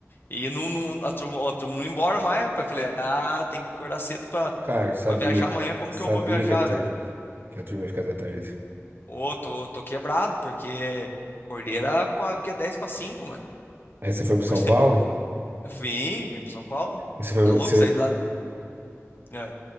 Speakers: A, on the left; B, on the right.
A: E não, não- a turma, ó, a turma não ia embora mais, rapaz. Eu Falei, ah, tem que acordar cedo pra,
B: Cara, eu sabia
A: pra viajar
B: que
A: amanhã, como
B: sabia
A: que eu vou viajar,
B: que a turma
A: velho?
B: que a turma ia ficar até tarde.
A: Ô, tô, tô quebrado, porque acordei era qua- que é 10 pra 5, mano.
B: Aí você foi pro
A: Acordei-
B: São Paulo?
A: <laughs> Vim, vim pra São Paulo.
B: Aí você foi,
A: Tá louco,
B: você,
A: saí de lá. É.